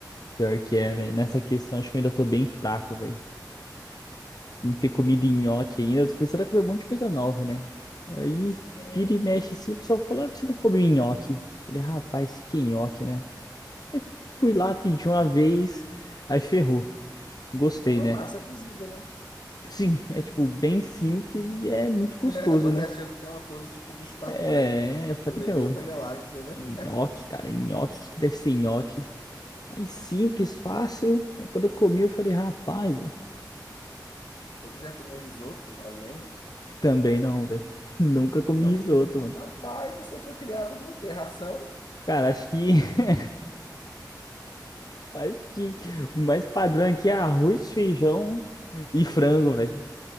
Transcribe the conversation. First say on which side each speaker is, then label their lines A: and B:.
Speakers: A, on the left; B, on the left.
A: Pior que é, velho. Nessa questão, acho que eu ainda tô bem fraco, velho. Não ter comido nhoque ainda. Eu tô começando a comer um monte de coisa nova, né? Aí
B: É
A: vira e mexe assim, o pessoal fala, ah, por que você não come nhoque? Eu Falei, rapaz, que nhoque, né? Aí fui lá, pedi uma
B: é
A: vez, aí ferrou. Gostei,
B: É uma
A: né?
B: massa cozida, né?
A: Sim, é tipo bem simples e é muito gostoso,
B: <laughs> Você
A: né?
B: achando que é uma coisa tipo de Star
A: É,
B: Trek,
A: eu
B: do-
A: falei, meu,
B: de outra galáxia, né?
A: nhoque, cara, nhoque, o que que deve ser nhoque? Aí simples, fácil. Aí quando eu comi, eu falei, rapaz, velho,
B: Você já comeu risoto, ao menos?
A: também não, velho. <laughs> Nunca comi
B: Não
A: risoto,
B: comeu.
A: mano.
B: Rapaz, você foi criado com o quê? Ração?
A: Cara, acho que <laughs> acho que o mais padrão aqui é arroz, feijão e frango, velho.